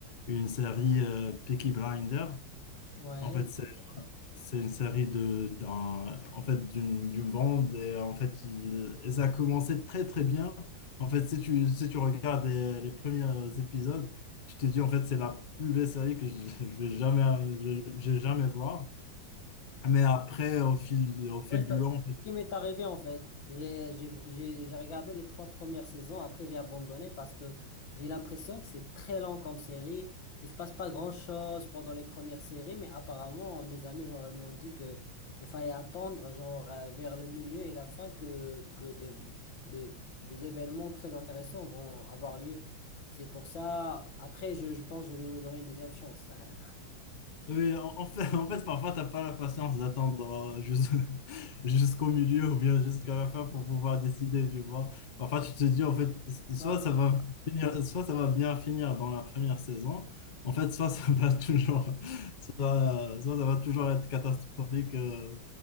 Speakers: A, on the left; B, on the left.
A: une série euh, Peaky Blinders.
B: Ouais.
A: En fait, c'est une série de, d'un, en fait, d'une, d'une bande et euh, en fait, il, et ça a commencé très très bien. En fait, si tu, si tu regardes les, les premiers épisodes, tu te dis en fait, c'est la plus belle série que je, je vais jamais, euh, je, je vais jamais voir. Mais après, au fil, au fil
B: Ouais, ça-
A: du long,
B: ce qui m'est arrivé en fait. J'ai j'ai- j'ai- j'ai regardé les trois premières saisons, après j'ai abandonné parce que j'ai l'impression que c'est très lent comme série. Il se passe pas grand-chose pendant les premières séries, mais apparemment mes amis genre ils m'ont dit que il fallait attendre genre euh, vers le milieu et la fin que, que des, de- des événements très intéressants vont avoir lieu. C'est pour ça, après je, je pense que je vais lui donner une deuxième chance. hein.
A: Oui, en en fait, <laughs> en fait, parfois, t'as pas la patience d'attendre euh, jus- <laughs> jusqu'au milieu ou bien jusqu'à la fin pour pouvoir décider, tu vois. Parfois, tu te dis, en fait, soit
B: Bah, ouais.
A: ça va finir- soit ça va bien finir dans la première saison, en fait, soit ça va <laughs> toujours, soit, soit ça va toujours être catastrophique euh,